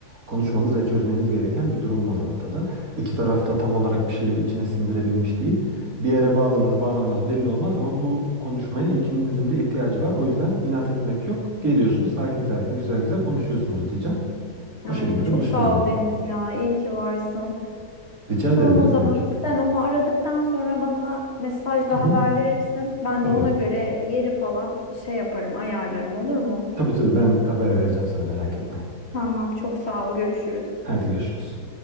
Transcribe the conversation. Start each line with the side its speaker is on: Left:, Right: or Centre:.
Right: konuşmanız ve çözmeniz gereken bir durum var ortada. İki taraf da tam olarak bir şeyleri içine sindirebilmiş değil. Bir yere bağlanır bağlanmaz belli olmaz ama bu konuşmaya ikinizin de ihtiyacı var. O yüzden inat etmek yok. Geliyorsun sakin sakin güzel güzel konuşuyorsunuz diyeceğim.
Left: Ay
Right: O şekilde
Left: çok
Right: de buluşturacağım.
Left: sağ ol Deniz ya. İyi ki varsın.
Right: Rica ederim
Left: Tamam o
Right: ne
Left: zaman.
Right: demek.
Left: Sen onu aradıktan sonra bana mesajla
Right: Hı hı.
Left: haber verirsin. Ben
Right: Tabii.
Left: de ona göre yeri falan şey yaparım, ayarlarım olur mu?
Right: Tabii tabii ben haber vereceğim sana merak etme.
Left: Tamam çok sağ ol. Görüşürüz.
Right: Hadi görüşürüz.